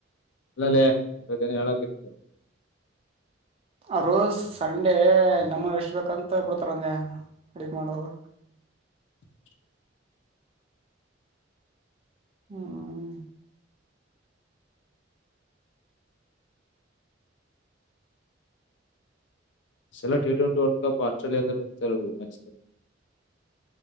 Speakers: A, on the left; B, on the right.
A: ಅಲ್ಲಲ್ಲೇ ಎರ ದಿನ ಯಾಳತ್ತ.
B: ಆ ರೋ ಸಂಡೇ ನಮ್ಮನ್ ಎಷ್ಟ ಬೇಕಂತ ಬಿಡ್ತಾರ ನಂಗೆ ಅಡಗ್ ಮಾಡೋದು.
A: <inaudible>
B: ಹ್ಮ.
A: ಚಲ ಟ ಟ್ವೆಂಟಿ ವರ್ಲ್ಡ್ ಕಪ್ ಆಸ್ಟ್ರೇಲಿಯಾ ರ ರೋಮನ್ಸ್.